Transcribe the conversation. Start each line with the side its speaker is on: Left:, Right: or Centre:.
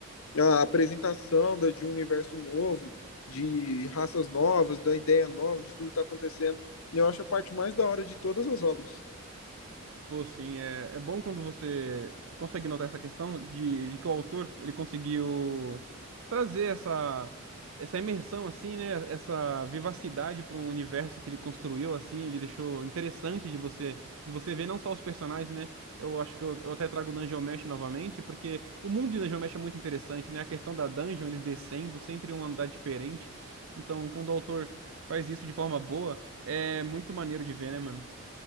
Left: A apresentação da, de um universo novo, de raças novas, da ideia nova, de tudo que tá acontecendo. Eu acho a parte mais da hora de todas as obras.
Right: Pô, sim, é, é bom quando você consegue notar essa questão de, de que o autor ele conseguiu trazer essa, essa imersão, assim, né? Essa vivacidade para um universo que ele construiu, assim, ele deixou interessante de você de você ver não só os personagens, né? Eu acho que eu, eu até trago o Dungeon Mesh novamente, porque o mundo de Dungeon Mesh é muito interessante, né? A questão da dungeon, eles descendo, sempre um andar diferente. Então, quando o autor faz isso de forma boa, é muito maneiro de ver, né, mano?